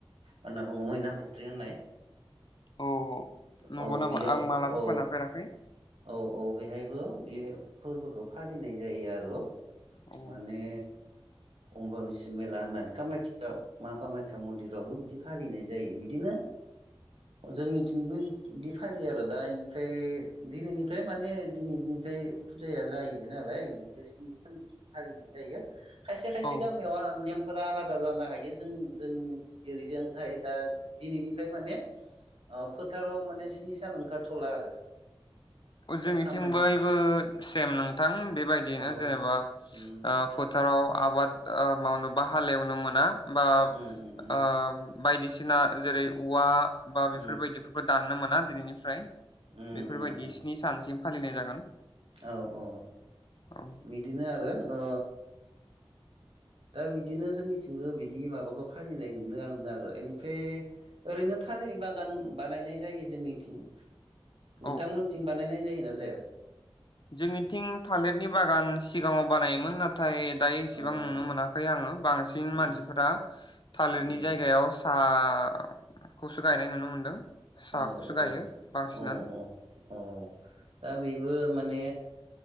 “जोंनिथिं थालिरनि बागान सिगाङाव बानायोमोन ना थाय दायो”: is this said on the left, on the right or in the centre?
Left